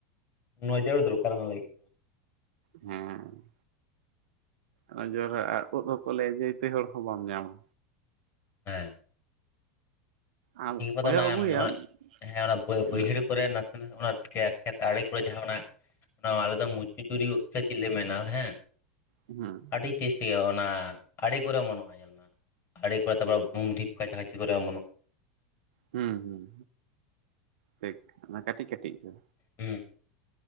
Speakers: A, on the left; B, on the right.
A: ᱱᱚᱡᱚᱨ ᱫᱚᱨᱠᱟᱨ ᱚᱱᱟ ᱞᱟᱹᱜᱤᱫ᱾ ᱫᱚ
B: ᱦᱮᱸ ᱱᱚᱡᱚᱨᱟᱜ ᱩᱫ ᱦᱚᱸᱠᱚ ᱞᱟᱹᱭᱟ ᱡᱮᱛᱮ ᱦᱚᱲ ᱦᱚᱸ ᱵᱟᱢ ᱧᱟᱢᱟ᱾
A: ᱦᱮᱸ᱾
B: ᱟᱢ
A: ᱠᱮ ᱠᱚᱫᱚ
B: ᱠᱚᱭᱚᱜ
A: ᱱᱟ
B: ᱟᱹᱜᱩᱭᱟᱢ
A: ᱚᱱᱟ ᱦᱮᱸ ᱚᱱᱟ ᱵᱟᱹ
B: ᱦᱩᱸ
A: ᱵᱟᱹᱭᱦᱟᱹᱲ ᱠᱚᱨᱮ ᱚᱱᱟ ᱠᱷᱮ ᱠᱷᱮᱛ ᱟᱲᱮ ᱠᱚᱨᱮ ᱡᱟᱦᱟᱸ ᱚᱱᱟ ᱱᱚᱣᱟ ᱨᱮᱫᱚ ᱢᱩᱪᱤ <unintelligible> ᱥᱮ ᱪᱮᱫ ᱞᱮ ᱢᱮᱱᱟ ᱦᱮᱸ᱾
B: ᱦᱮᱸ
A: ᱟᱹᱰᱤ ᱴᱮᱥᱴ ᱜᱮ ᱚᱱᱟ ᱟᱲᱹᱮ ᱠᱚᱨᱮ ᱚᱢᱚᱱᱚᱜᱼᱟ ᱧᱮᱞ ᱢᱮ, ᱟᱲᱮ ᱠᱚᱨᱮ <unintelligible> ᱵᱩᱢ ᱰᱷᱤᱯ ᱠᱟᱪᱟᱷᱟ ᱪᱤ ᱠᱚᱨᱮ ᱚᱢᱚᱱᱚᱜᱼᱟ <unintelligible>
B: ᱦᱩᱸ ᱦᱩᱸ, ᱴᱷᱤᱠ ᱚᱱᱟ ᱠᱟᱹᱴᱤᱡ ᱠᱟᱹᱴᱤᱡ ᱜᱮ᱾
A: ᱦᱩᱸ᱾